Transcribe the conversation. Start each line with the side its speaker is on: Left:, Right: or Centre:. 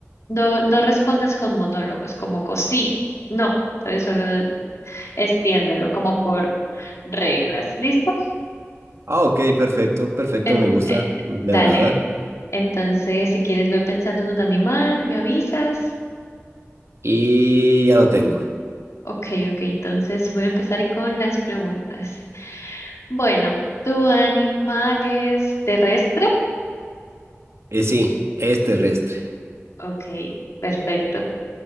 Left: no, no respondas con monólogos, como con sí, no, entonces solo extiéndelo como por reglas, ¿listo?
Right: Ah, ok, perfecto, perfecto,
Left: En-
Right: me gusta,
Left: eh,
Right: me
Left: dale.
Right: agrada.
Left: Entonces, si quieres ve pensando en un animal, me avisas.
Right: Y ya lo tengo.
Left: Ok, ok, entonces voy a empezar con las preguntas. Bueno, ¿tu animal es terrestre?
Right: Y sí, es terrestre,
Left: Ok, perfecto.